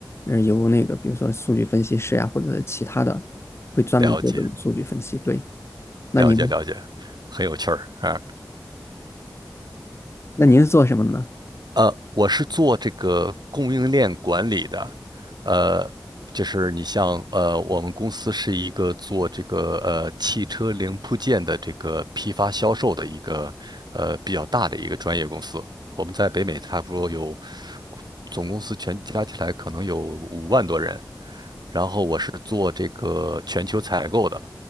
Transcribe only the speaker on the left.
嗯，由那个比如说数据分析师呀、或者其他的会专门做这种数据分析。
对，那您
那您是做什么的呢？